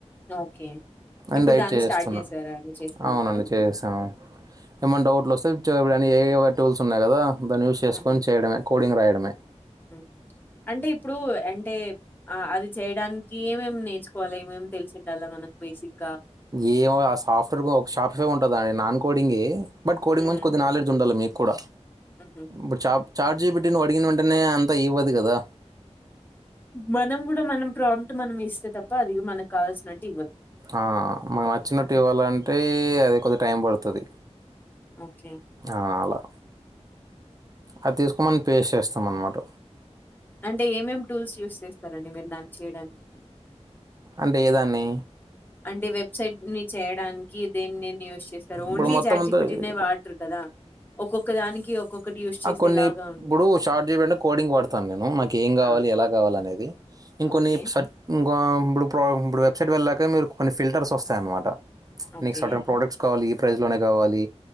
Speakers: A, on the left; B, on the right.
A: ఓకే.
B: అండైట్
A: ఇప్పుడు దాన్ని
B: చేస్తున్నా
A: స్టార్ట్ చేసారా అండి చేసేది
B: అవునండి
A: మీరు?
B: చేహేసాం
A: హుహు.
B: ఏమైన డౌట్లు ఒస్తే చ ఏఐ ఏవో టూల్స్ ఉన్నాయి కదా. దాన్పి యూస్ చేసుకొని
A: హుహు.
B: చేయడమే కోడింగ్ రాయడమే.
A: హుహు. అంటే ఇప్పుడు అంటే ఆ అది చేయడానికి ఏమేం నేర్చుకోవాలె ఏమేం తెల్సిండాల మనకు బేసిక్
B: ఏవో ఆ సాఫ్ట్ వేర్ కు ఒక షాఫ్వె ఉంటదాయె నాన్ కొ కోడింగే బట్ కోడింగ్
A: హుహు.
B: గురించి కొద్ది నాలెడ్జ్ ఉండాలి మీ కూడా
A: హుహు.
B: బచాప్ చాట్ జీపిటి నువ్వడిగిన వెంటనే అంతా ఇవ్వదు కదా.
A: మనం గూడా మనం ప్రాంప్ట్ మనం ఇస్తే తప్ప అది మనకు కావల్సినట్టు ఇవ్వదు.
B: ఆ మాకు నచ్చినట్టు
A: హుహు.
B: ఇవ్వాలంటే అది కొది టైం పడతది.
A: ఓకే.
B: ఆ అలా అది తీసుకు మనం పేస్ట్ చేస్తాం అన్నమాట.
A: అంటే ఏమేం టూల్స్ యూస్ చేస్తారండి మీరు దాన్ని చేయడానికి?
B: అంటే ఏదాన్ని?
A: అంటే వెబ్సైట్ ని చేయడానికి దేన్ని దేన్ని యూస్ చేస్తారు?
B: ఇప్పుడు
A: ఓన్లీ
B: మొత్తం
A: చాట్
B: అంతా
A: జీపిటీనే వాడరు కదా ఒక్కొక్కదానికి ఒక్కొక్కటి యూస్
B: ఆ
A: చేసేలాగా
B: కొన్ని ఇప్పుడు
A: ఉండె.
B: షార్ట్ చేయడానికి కోడింగ్ వాడతాను నేను నాకు ఏం కావాలి
A: ఆ
B: ఎలా కావాలి అనేది ఇంకొన్ని
A: ఓకే
B: <unintelligible> <unintelligible> ఇప్పుడు వెబ్సైట్ వెళ్లాక మీరు కొన్ని ఫిల్టర్స్ వస్తాయి అన్నమాట.
A: okay.
B: Next అటన్ ప్రోడక్ట్స్ కావాలి. ప్రైజ్లోనే కావాలి.